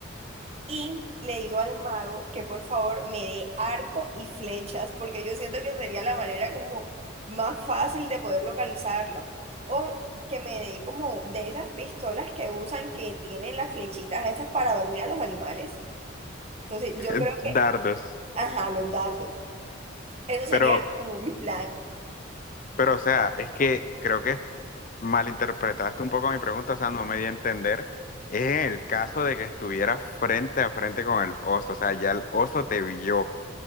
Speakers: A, on the right; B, on the left.
A: Y le digo al mago que por favor me dé arco y flechas, porque yo siento que sería la manera como más fácil de poder localizarlo, o que me dé como de esas pistolas que usan que tienen las flechitas esas para dormir a los animales. Entonces
B: <laughs>
A: yo creo
B: Dardos.
A: que, ajá, los dardos. Eso sería
B: Pero,
A: como mi plan.
B: pero, o sea, es que creo que malinterpretaste un poco mi pregunta, o sea, no me di a entender. Es en el caso de que estuviera frente a frente con el oso, o sea, ya el oso te vio,